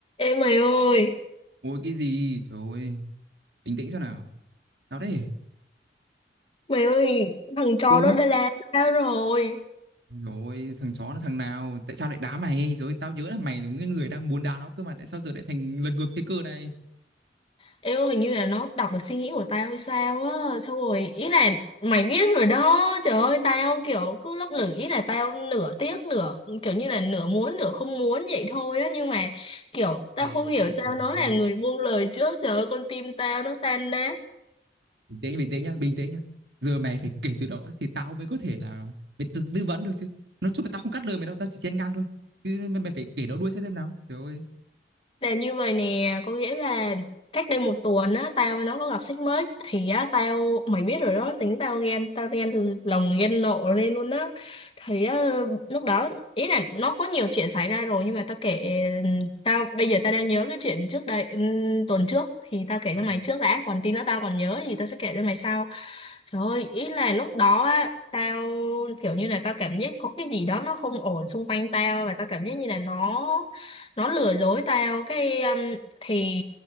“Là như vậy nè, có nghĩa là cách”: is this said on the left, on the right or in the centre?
Left